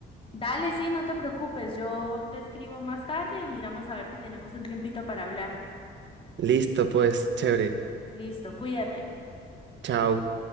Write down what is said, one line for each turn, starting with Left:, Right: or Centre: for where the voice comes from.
Left: Dale, sí, no te preocupes, yo te escribo más tarde y miramos a ver si tenemos un tiempito para hablar.
Right: Listo, pues, chévere.
Left: Listo, cuídate.
Right: Chao.